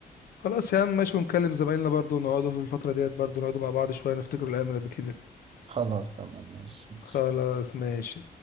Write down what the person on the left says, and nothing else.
خلاص يا عم ماشي ونكلم زمايلنا برضو نقعدوا في الفتره ديت برضو نقعدوا مع بعض شويه نفتكروا الايام اللي قبل كده
خلاص ماشي